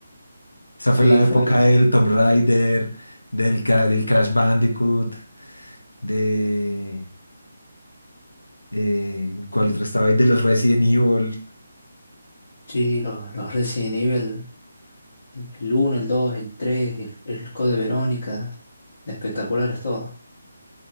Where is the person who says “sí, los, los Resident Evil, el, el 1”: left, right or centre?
Left